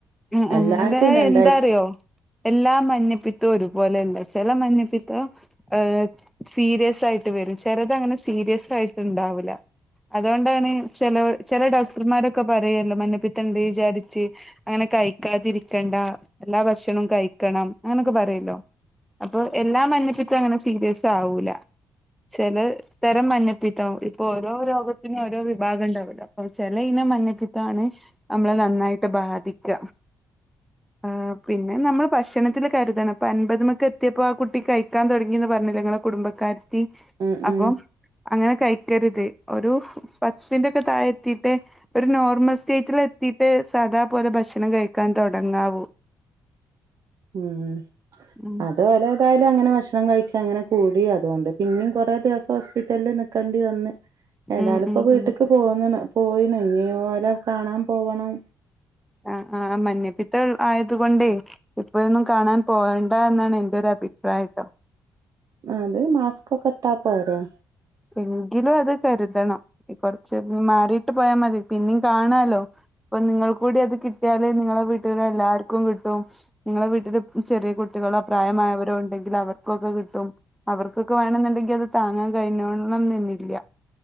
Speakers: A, in the centre; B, on the right.
A: ഉം ഉം
B: എല്ലാർക്കും
A: അതായ്
B: രണ്ടായി
A: എന്താറിയോ എല്ലാ മഞ്ഞപ്പിത്തോം ഒരുപോലെല്ല ചെല മഞ്ഞപ്പിത്തോം ഏഹ് സീരിയസ് ആയിട്ട് വെരും ചെലതങ്ങന സീരിയസായിട്ട്ണ്ടാവൂല. അതോണ്ടാണ് ചെലവ ചെല ഡോക്ടർമാരൊക്കെ പറയല്ലോ മഞ്ഞപ്പിത്തണ്ട് വിചാരിച്ച് അങ്ങനെ കയിക്കാതിരിക്കണ്ട എല്ലാ ഭക്ഷണോം കയിക്കണം അങ്ങനൊക്കാ പറയല്ലോ അപ്പൊ എല്ലാ മഞ്ഞപ്പിത്തോങ്ങന സീരിയസാവൂല ചെലത് ഇത്തരം മഞ്ഞപ്പിത്തം ഇപ്പൊ ഓരോ രോഗത്തിനും ഓരോ വിഭാഗെണ്ടാവൂല്ലൊ അപ്പൊ ചെല ഇനം മഞ്ഞപ്പിത്താണ്. നമ്മളെ നന്നായിട്ട് ബാധിക്ക ആ പിന്നെ നമ്മള് ഭക്ഷണത്തില് കരുതണം, ഇപ്പൻപതുമൊക്കെത്തിയപ്പോ ആ കുട്ടി കഴിക്കാൻ തുടങ്ങീന്ന് പറഞ്ഞ്. ഞങ്ങള കുടുംബക്കാരത്തി
B: ഉം ഉം
A: അപ്പോം അങ്ങന കഴിക്കരുത് ഒരു പത്തിന്റേക്ക താഴെത്തീട്ട് ഒരു നോർമൽ സ്റ്റേജിലെത്തീട്ട് സാധാപോലെ ഭക്ഷണം കഴിക്കാൻ തൊടങ്ങാവൂ.
B: ഉം
A: ഉം
B: അത് <unintelligible> ലേതായാലും അങ്ങനെ ഭക്ഷണം കഴിച്ച് അങ്ങന കൂടി അതുകൊണ്ട് പിന്നേം കൊറേ ദിവസം ഹോസ്പിറ്റലിൽ നിക്ക് കണ്ട് വന്ന്. ഏതാലും
A: ഉം
B: ഇപ്പം
A: ഉം
B: വീട്ട്ക്ക്
A: ഉം
B: പോന്ന്ണ് പോയിണ് ഇഞ്ഞ് ഓലെ കാണാൻ പോവണം
A: ആഹ് ആഹ് മഞ്ഞപ്പിത്തം ആയതു കൊണ്ടേ ഇപ്പോയൊന്നും കാണാൻ പോവണ്ട എന്നാണ് എൻ്റെ ഒരു അഭിപ്രായം ട്ടൊ
B: അത് മാസ്ക്കൊക്കെ ഇട്ടാ പോരെ
A: എങ്കിലും അത് കരുതണം കൊറച്ച് മാറിട്ട് പോയാ മതി പിന്നിം കാണാലോ അപ്പം നിങ്ങൾ കൂടി അത് കിട്ടിയാലേ നിങ്ങളെ വീട്ടിലെ എല്ലാർക്കും കിട്ടും നിങ്ങളെ വീട്ടിലെ ചെറിയ കുട്ടികളോ പ്രായമായവരോ ഉണ്ടെങ്കിൽ അവർക്കൊക്കെ കിട്ടും അവർക്കൊക്കെ വേണെന്നുണ്ടെങ്കി അത് താങ്ങാൻ കഴിഞ്ഞോളണം നിന്നില്ല